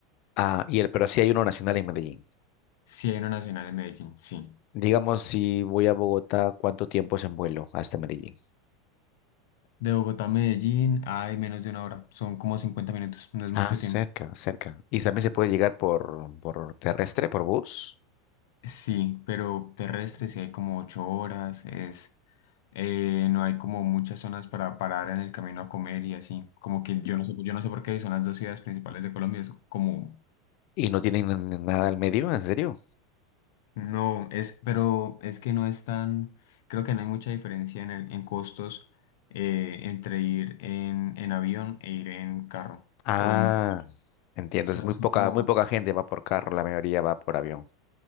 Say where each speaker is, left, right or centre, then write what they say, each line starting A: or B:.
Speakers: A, on the left (about 45°); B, on the left (about 70°).
A: Ah, y el, pero sí hay uno nacional en Medellín.
B: Sí, hay uno nacional en Medellín, sí.
A: Digamos, si voy a Bogotá, ¿cuánto tiempo es en vuelo hasta Medellín?
B: De Bogotá a Medellín hay menos de una hora, son como 50 minutos, no es
A: Ah,
B: mucho
A: cerca,
B: tiempo.
A: cerca. Y también se puede llegar por, por terrestre, por bus.
B: Sí, pero terrestre sí hay como 8 horas, es eh, no hay como muchas zonas para parar en el camino a comer y así. Como que yo no sé, yo no sé por qué son las dos ciudades principales de Colombia. Es como,
A: Y no tienen nada al medio, ¿en serio?
B: no, es, pero es que no es tan, creo que no hay mucha diferencia en el, en costos eh, entre ir en, en avión e ir en carro.
A: Ah,
B: O en, o
A: entiendo.
B: sea,
A: Es muy
B: son
A: poca,
B: como-
A: muy poca gente va por carro, la mayoría va por avión.